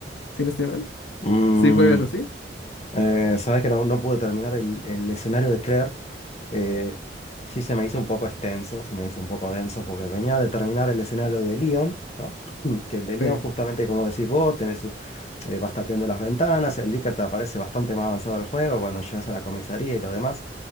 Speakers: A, on the left; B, on the left.
A: si no estoy mal.
B: Mm,
A: Si juegas así.
B: Eh, sabes que no, no pude terminar el, el escenario de Claire. eh, sí se me hizo un poco extenso, se me hizo un poco denso porque venía de terminar el escenario de Leon, ¿no? Mm, Que el de Leon
A: Sí.
B: justamente como decís vos, tenés, eh, vas tapeando las ventanas, el Licker te aparece bastante más avanzado el juego cuando llegas a la comisaría y lo demás.